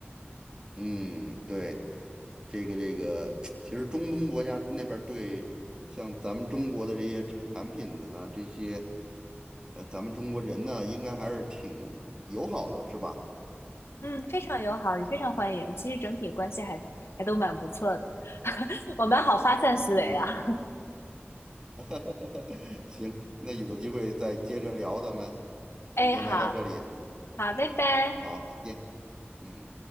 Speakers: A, on the right; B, on the left.
A: 嗯，对，这个这个，<tsk> 其实中东国家那边儿对像咱们中国的这些产品呢，这些呃咱们中国人呢，应该还是挺友好的，是吧？
B: 嗯，非常友好，也非常欢迎。其实整体关系还还都蛮不错的，<laughs> 我们好发散思维啊。
A: 嗯，<laughs> 行，那有机会再接着聊，咱们
B: <laughs> 哎，
A: 就先聊到这里。
B: 好好，拜拜。
A: 好，再见，嗯。